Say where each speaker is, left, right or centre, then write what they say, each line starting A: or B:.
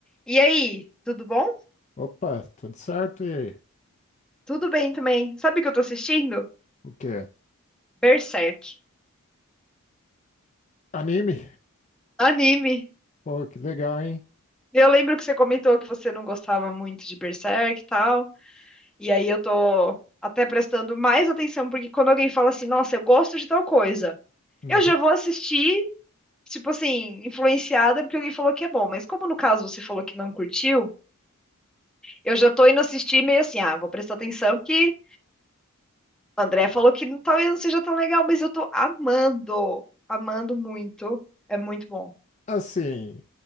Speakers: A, in the centre; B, on the left.
A: E aí, tudo bom?
B: Opa, tudo certo? E aí?
A: Tudo bem também. Sabe o que eu tô assistindo?
B: O que é?
A: Berserk.
B: Anime?
A: Anime.
B: Pô, que legal, hein?
A: Eu lembro que você comentou que você não gostava muito de Berserk e tal. E aí eu tô até prestando mais atenção, porque quando alguém fala assim, nossa, eu gosto de tal coisa,
B: Uhum.
A: eu já vou assistir, tipo assim, influenciada porque alguém falou que é bom. Mas como no caso você falou que não curtiu, eu já tô indo assistir meio assim, ah, vou prestar atenção porque o André falou que não- talvez não seja tão legal, mas eu tô amando, amando muito. É muito bom.
B: Assim,